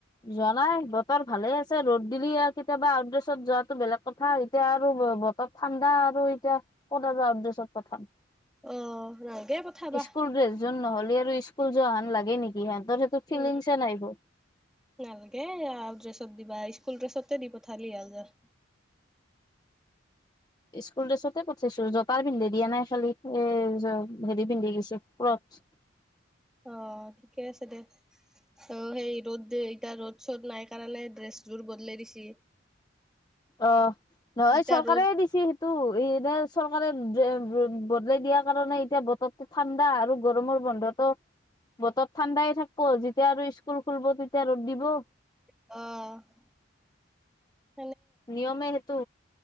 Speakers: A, on the left (about 20°); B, in the centre.
A: যোৱা নাই বতৰ ভালে আছে। ৰ'দ দিলি কেতিয়াবা আউটড্ৰেছত যোৱাতটো বেলেগ কথা এতিয়া আৰু বতৰত ঠাণ্ডা, আৰু এতিয়া ক'ত আৰু আউটড্ৰেছত পঠাম।
B: আহ নালগে পঠাবা
A: স্কুল ড্ৰেছযোৰ নহ'লে আৰু স্কুল যোৱাহান লাগে নেকি সেহে ধটো ফিলিংছে
B: উম
A: নাই বৌ
B: নালগে আৰু ড্ৰেছত দিবা স্কুল ড্ৰেছ দি পঠালি হাল যাৰ।
A: স্কুল ড্ৰেছতে পঠাইছো জপাৰ পিন্ধে দিয়া নাই খালি এ হেৰি পিন্ধি গছে কপ।
B: অ' ঠিকে আছে দে অ সেই ৰ'দ এতিয়া ৰ'দ চ'দ নাই কাৰণে ড্ৰেছযোৰ বদলাই দিছি।
A: অ' নহয়
B: যেতিয়া
A: চৰকাৰে
B: ৰ'দ
A: দিছে সেইটো ইনে চৰকাৰে বদলাই দিয়াৰ কাৰণে এতিয়া বতৰটো ঠাণ্ডা, আৰু গৰমৰ বন্ধতো বতৰ ঠাণ্ডাই থাকিব, যেতিয়া আৰু স্কুল খুলব তেতিয়া ৰ'দ দিব।
B: অ '
A: নিয়মে সেইটো